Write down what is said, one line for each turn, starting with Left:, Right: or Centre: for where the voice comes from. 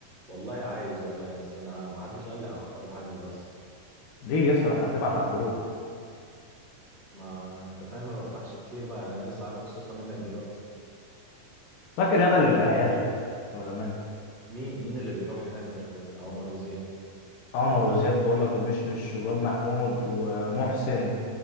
Right: والله عايز والله بس انا ما حدش قال لي على حوار الحجز ده اصلا
Left: ليه يا اسطى ما احنا بنبعت على الجروب
Right: ما انت فاهم ما بفتحش كتير بقى يعني انا لسه عارف بالصدفه منك دلوقتي
Left: فاكر يا ده العيال بتوع زمان
Right: مين مين اللي بيروح هناك غير عمر وزياد
Left: عمر وزياد بقول لك ومشمش والواد محمود ومحسن